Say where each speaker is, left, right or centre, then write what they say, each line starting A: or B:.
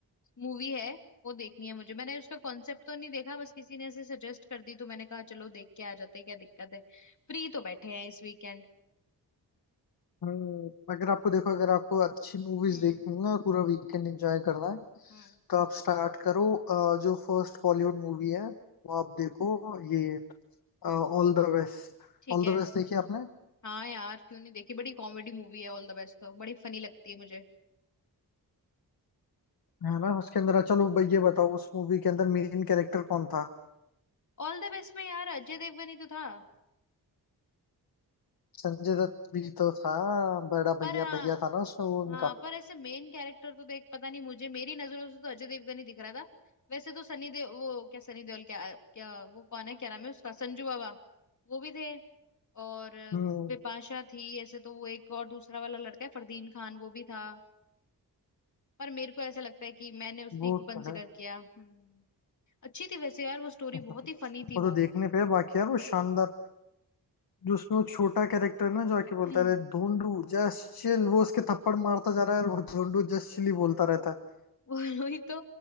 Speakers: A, on the left (about 50°); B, on the left (about 65°).
A: मूवी है वो देखनी है मुझे मैंने उसका कॉन्सेप्ट तो नहीं देखा बस किसी ने ऐसे सजेस्ट कर दी तो मैंने कहा चलो देख के आ जाते हैं, क्या दिक्कत है फ्री तो बैठे हैं इस वीकेंड
B: हम्म अगर आपको देखो अगर आपको अच्छी मूवीज
A: हम्म
B: देखनी है और पूरा वीकेंड एंजॉय करना है
A: हम्म।
B: तो आप स्टार्ट करो अ, जो फर्स्ट बॉलीवुड मूवी है वो आप देखो ये all the best
A: ठीक
B: All
A: है
B: the best देखी आपने
A: हाँ यार क्यों नहीं देखी बड़ी कॉमेडी मूवी है ऑल द बेस्ट तो बड़ी फनी लगती है मुझे
B: है ना उसके अंदर चलो भाई ये बताओ उस मूवी के अंदर मेन कैरेक्टर कौन था
A: ऑल द बेस्ट में यार अजय देवगन ही तो था
B: संजय दत्त भी तो था बड़ा
A: पर
B: भैया
A: हाँ
B: भैया था ना उसमें वो उनका
A: हाँ पर ऐसे मेन कैरेक्टर तो देख पता नहीं मुझे मेरी नजरों से तो अजय देवगन ही दिख रहा था वैसे तो सनी देओल वो क्या सनी देओल क्या क्या वो कौन है क्या नाम है उसका संजू बाबा वो भी थे और
B: हम्म
A: बिपाशा थी ऐसे तो वो एक और दूसरा वाला लड़का है फरदीन खान वो भी था पर मेरे को ऐसा लगता है कि मैंने उसी
B: वो
A: को कंसिडर
B: तो है
A: किया हम्म अच्छी थी वैसे यार वो स्टोरी
B: <laughs>
A: बहुत ही फनी थी
B: वो तो
A: वो
B: देखने पे है, बाकी यार वो शानदार जो उसमें वो छोटा कैरेक्टर ना जो आके बोलता
A: हम्म
B: है ढूंढू जस्ट चिल वो उसके थप्पड़ मारता जा रहा है और वो ढूंढू जस्ट चिल ही बोलता रहता है
A: <laughs> वही तो